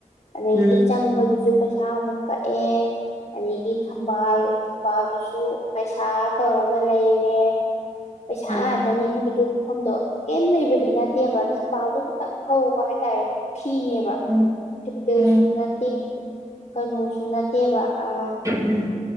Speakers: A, on the left (about 55°); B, on the right (about 25°).
A: ꯑꯗꯒꯤ
B: ꯎꯝ
A: ꯆꯪꯕꯒꯤꯁꯨ ꯄꯩꯁꯥ ꯑꯃꯨꯛ ꯀꯛꯑꯦ ꯑꯗꯒꯤ ꯊꯝꯕꯥꯜ ꯊꯝꯕꯥꯜꯗꯨꯁꯨ ꯄꯩꯁꯥ ꯇꯧꯔꯒ ꯂꯩꯔꯦ ꯄꯩꯁꯥ
B: ꯎꯝ
A: ꯉꯥꯛꯇꯅꯦ ꯑꯗꯨ ꯃꯐꯝꯗꯣ ꯀꯩꯝ ꯂꯩꯕꯗꯤ ꯅꯠꯇꯦꯕ ꯊꯝꯕꯥꯜꯗꯣ ꯈꯇꯪ ꯍꯧꯕ ꯍꯥꯏꯇꯥꯔꯦ ꯄꯨꯈ꯭ꯔꯤꯅꯦꯕ
B: ꯎꯝ
A: <inaudible>
B: ꯎꯝ
A: ꯅꯠꯇ ꯀꯩꯅꯣꯁꯨ ꯅꯠꯇꯦꯕ ꯑ
B: ꯎꯝ